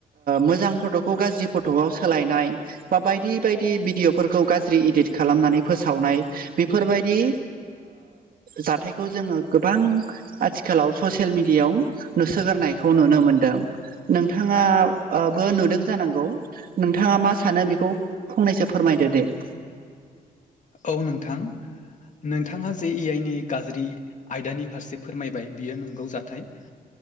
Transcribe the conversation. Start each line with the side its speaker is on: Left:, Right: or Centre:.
Right: मोजां फट'खौ गाज्रि फट'आव सोलायनाया बा बायदि बायदि भिदिअफोरखौ गाज्रि इदित खालामनानै फोसावनायो। बेफोरबायदि जायो हथायखौ जोंङो गोबां आथिखालाव ससियेल मिडियाायाव नुसोगोरनायखौ नुनो मोनदों नोंथांङा बो नुदोंना। जानांगौ नोंथांङा मा सानो बेखौ फंनैसो फोरमायदो दे ओ।
Left: औ नोंथां नोंथांङा जे ए आइ नि गाज्रिआ आयदानि फारसे फोरमायबाय बियो नंगौ जाथाया